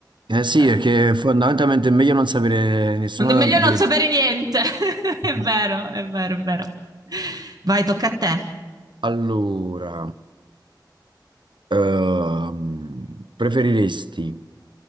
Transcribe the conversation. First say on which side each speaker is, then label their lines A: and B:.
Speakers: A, on the right (about 90°); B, on the right (about 55°).
A: Eh
B: vabbè.
A: sì, perché fondamentalmente è meglio non sapere nessuna
B: Non- Meglio
A: delle
B: non sapere niente. <laughs> È
A: due.
B: vero, è vero, è vero. Vai, tocca a te.
A: Allora, ehm, preferiresti